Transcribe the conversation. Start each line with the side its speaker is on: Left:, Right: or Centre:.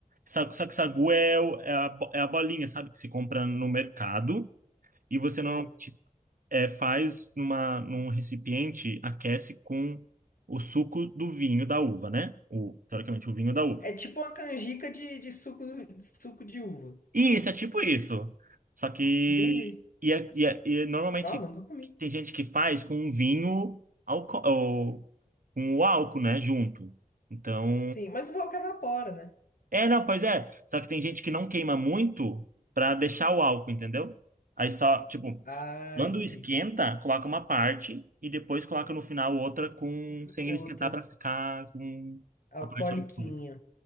Right: Sa- Só que sagu é, o- é, a, bo- é a bolinha, sabe? Que se compra no mercado e você normalmente
Left: Ah.
Right: é, faz numa, num recipiente, aquece com o suco do vinho da uva, né? O, teoricamente, o vinho da uva.
Left: É tipo uma canjica de, de suco, de suco de uva.
Right: Isso, é tipo isso. Só que.
Left: Entendi.
Right: E, é- e, é- e normalmente
Left: Não, eu nunca comi.
Right: tem gente que faz com um vinho alco ou, com o álcool, né? Junto. Então.
Left: Sim, mas o álcool evapora, né?
Right: É, não, pois é. Só que tem gente que não queima muito pra deixar o álcool, entendeu? Aí só, tipo,
Left: Ah,
Right: quando
Left: entendi.
Right: esquenta, coloca uma parte e depois coloca no final outra com,
Left: Uf,
Right: sem
Left: Outra.
Right: ele esquentar pra ficar com a
Left: Alcooliquinho.
Right: parte alcoólica.